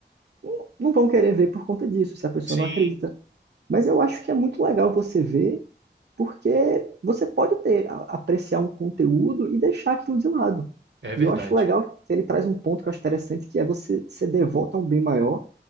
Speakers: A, on the right; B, on the right.
A: um- não vão querer ver por conta disso, se a pessoa
B: Sim,
A: não acredita. Mas eu acho que é muito legal você ver, porque você pode ter, a- apreciar um conteúdo e deixar aquilo de lado.
B: é verdade.
A: E eu acho legal que ele traz um ponto que eu acho interessante, que é você ser devoto a um bem maior,